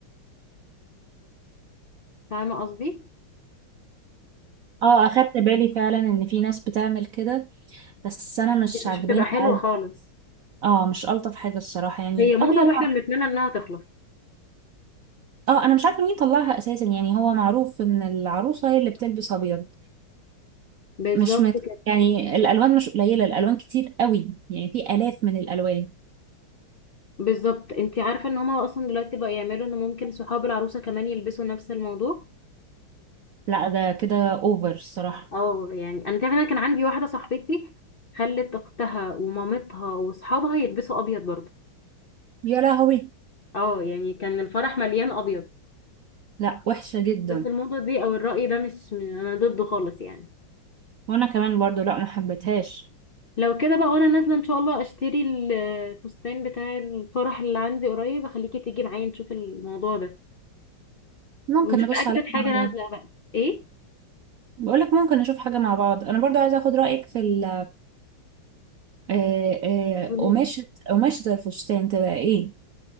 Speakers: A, on the left; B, on the right.
A: فاهمه قصدي
B: اه اخدت بالي فعلا ان في ناس بتعمل كده بس انا مش
A: دي
B: عاجباني
A: مش بتبقى حلوة
B: العاده
A: خالص
B: اه مش الطف حاجه الصراحه يعني
A: هي
B: الابيض
A: موضة واحنا بنتمنى انها تخلص
B: اه انا مش عارفه مين طلعها اساسا يعني هو معروف ان العروسه هي اللي بتلبس ابيض
A: بالظبط
B: مش مت...
A: كده
B: يعني الالوان مش قليله الالوان كتير قوي يعني في الاف من الالوان
A: بالظبط انت عارفه ان هما اصلا دلوقتي بقى يعملوا ان ممكن صحاب العروسه كمان يلبسوا نفس الموضوع
B: لا ده كده اوفر الصراحه
A: اه يعني انا تعرف انا كان عندي واحدة صاحبتي خلت اختها ومامتها واصحابها يلبسوا ابيض برضه
B: يا لهوي
A: اه يعني كان الفرح مليان ابيض
B: لا وحشه جدا
A: بس الموضة دي او الرأي ده مش م- انا ضده خالص يعني
B: وانا كمان برضو لا ما حبيتهاش
A: لو كده بقى وانا نازلة ان شاء الله اشتري ال- الفستان بتاع الفرح اللي عندي قريب اخليكي تيجي معايا نشوف الموضوع ده
B: ممكن
A: ونشوف
B: نبص
A: اجدد
B: عليها
A: حاجة
B: مع
A: نازلة
B: بعض
A: بقى ايه
B: بقول لك ممكن نشوف حاجة مع بعض أنا برضو عايزة أخد رأيك في ال آه، آه،
A: قوليلي
B: قماشة قماشة الفستان تبقى إيه